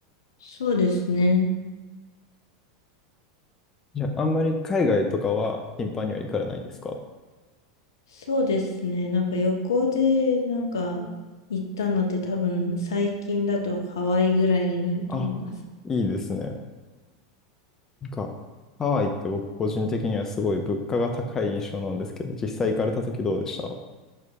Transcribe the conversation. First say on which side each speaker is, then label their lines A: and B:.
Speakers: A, on the left (about 70°); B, on the left (about 20°).
A: そうですね。
B: じゃあ、あんまり海外とかは頻繁には行かれないですか
A: そうですね。なんか旅行で、なんか行ったのって多分最近だとハワイぐらいになると思います。
B: あ、いいですね。なんか、ハワイって僕個人的にはすごい物価が高い印象なんですけど、実際行かれた時どうでした